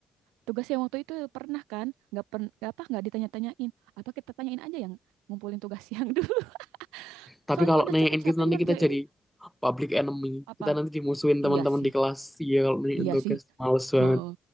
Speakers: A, on the right (about 85°); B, in the centre.
A: tugas yang waktu itu pernah kan? Nggak per nggak apa nggak ditanya-tanyain. Apa kita tanyain aja yang ngumpulin tugas yang dulu? <laughs>
B: Tapi
A: Soalnya
B: kalau
A: udah
B: nanyain
A: capek-capek
B: kita nanti
A: ngerjain
B: kita jadi public enemy.
A: apa?
B: Kita nanti dimusuhin
A: Iya
B: teman-teman
A: sih.
B: di kelas. Iya kalau nanyain
A: Iya
B: tugas,
A: sih.
B: males banget.
A: Oh.